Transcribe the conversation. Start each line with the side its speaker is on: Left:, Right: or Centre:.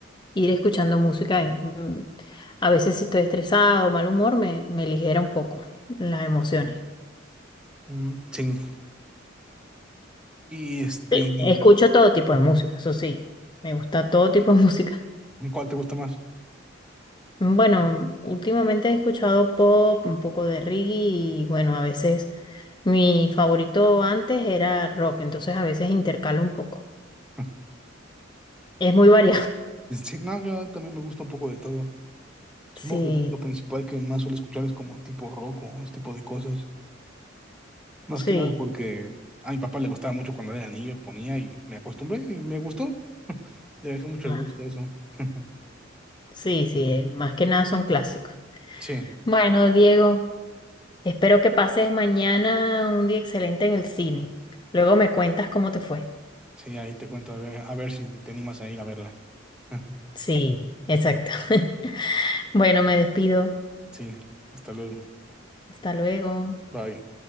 Left: ir escuchando música. y, mm, a veces si estoy estresado o mal humor, me, me ligera un poco las emociones.
Centre: Mm, Sí. Y este,
Left: Sí, Escucho todo tipo de música, eso sí, me gusta todo tipo de música.
Centre: ¿cuál te gusta más?
Left: Bueno, últimamente he escuchado pop, un poco de reggae y bueno, a veces mi favorito antes era rock, entonces a veces intercalo un poco.
Centre: <laughs>
Left: Es muy variado. <laughs>
Centre: Sí, no, yo también me gusta un poco de todo. Supongo
Left: Sí,
Centre: que lo principal que más suelo escuchar es como tipo rock o ese tipo de cosas. Más
Left: sí.
Centre: que nada porque a mi papá le gustaba mucho cuando era niño y ponía y me acostumbré y me gustó. Le dejé mucho
Left: Ah,
Centre: el gusto a eso. <laughs>
Left: sí, sí, eh, más que nada son clásicos.
Centre: Sí,
Left: Bueno, Diego, espero que pases mañana un día excelente en el cine. Luego me cuentas cómo te fue.
Centre: sí, ahí te cuento a ver, a ver si te animas a ir a verla. <laughs>
Left: Sí, exacto. <laughs> Bueno, me despido.
Centre: Sí, hasta luego.
Left: Hasta luego.
Centre: Bye.